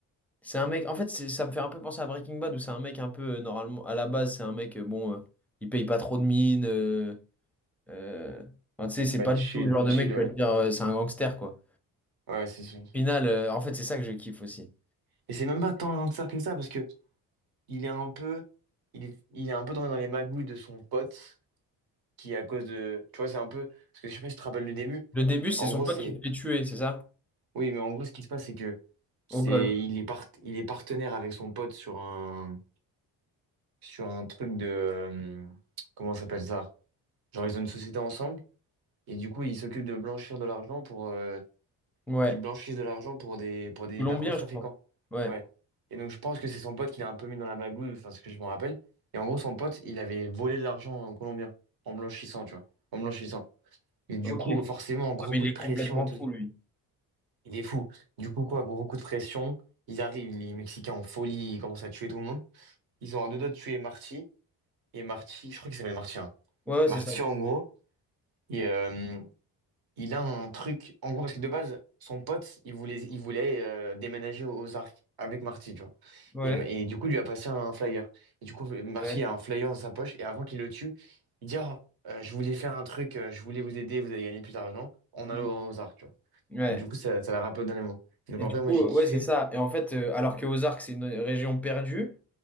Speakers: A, in the centre; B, on the right.
A: C'est un mec. En fait, c'est- ça me fait un peu penser à Breaking Bad, où c'est un mec un peu, euh, normalement, à la base, c'est un mec, euh, bon, euh, il paye pas trop de mine. euh, Euh, enfin, tu sais, c'est
B: Ouais,
A: pas du
B: chill,
A: tout le genre de
B: chill,
A: mec qui
B: ouais.
A: va te dire euh, c'est un gangster, quoi.
B: Ouais, c'est sûr.
A: Au final, euh, en fait, c'est ça que je kiffe aussi.
B: Et c'est même pas tant que ça que ça, parce que il est un peu. Il est, il est un peu dans, dans les magouilles de son pote, qui à cause de. Tu vois, c'est un peu. Parce que je sais pas si tu te rappelles du début.
A: Le début, c'est
B: En
A: son
B: gros,
A: pote
B: c'est.
A: qui se fait tuer, c'est ça?
B: Oui, mais en gros, ce qui se passe, c'est que c'est
A: Au golf.
B: il est part, il est partenaire avec son pote sur un sur un truc de euh, comment ça s'appelle ça? Genre ils ont une société ensemble et du coup ils s'occupent de blanchir de l'argent pour euh,
A: Ouais.
B: ils blanchissent de l'argent pour des pour des
A: Colombien,
B: narcotrafiquants.
A: je crois. Ouais.
B: Ouais. Et donc je pense que c'est son pote qui l'a un peu mis dans la bagouille, enfin ce que je me rappelle. Et en gros son pote il avait volé de l'argent en colombien en blanchissant, tu vois, en blanchissant. Et du
A: Ok.
B: coup
A: Ouais,
B: forcément gros
A: mais
B: coup
A: il
B: de
A: est
B: pression
A: complètement
B: et tout.
A: fou, lui.
B: Il est fou. Du coup, quoi, gros coup de pression. Ils arrivent, les Mexicains en folie, ils commencent à tuer tout le monde. Ils sont à deux doigts de tuer Marty. Et Marty, je crois qu'il s'appelle Marty. hein.
A: Ouais, ouais,
B: Et
A: c'est
B: Marty,
A: ça.
B: en gros, il, euh, il a un truc. En gros, parce que de base, son pote, il voulait, il voulait euh, déménager aux Arcs avec Marty, tu vois.
A: Ouais.
B: Et, et du coup, il lui a passé un flyer. Et du coup, Marty
A: Ouais. je-
B: a un flyer dans sa poche. Et avant qu'il le tue, il dit, Ah, euh, je voulais faire un truc, euh, je voulais vous aider, vous allez gagner plus d'argent en
A: Mhm.
B: allant aux Arcs, tu vois.
A: Ouais.
B: Et du coup, ça, ça l'a rappelé au dernier moment. Donc,
A: Et
B: en
A: du
B: vrai, moi,
A: coup,
B: j'ai kiffé.
A: ouais, c'est ça. Et en fait, euh, alors que Ozark, c'est une région perdue,